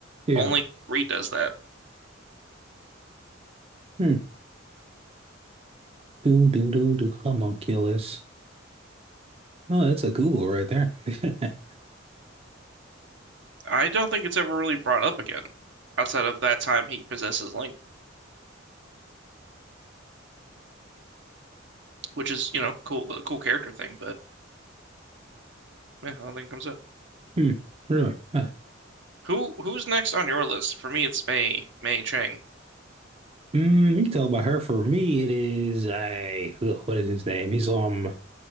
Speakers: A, on the right; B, on the right.
A: Yeah.
B: Only Greed does that.
A: Hmm. Do do do do homunculus. Oh, that's a Google right there. <laughs>
B: I don't think it's ever really brought up again, outside of that time he possesses Link, which is, you know, cool, a cool character thing. But yeah, I don't think it comes up.
A: Hmm. Really? Huh.
B: Who who's next on your list? For me, it's Mei Mei Chang.
A: Mm, you can tell by her. For me, it is I. Ugh, what is his name? He's um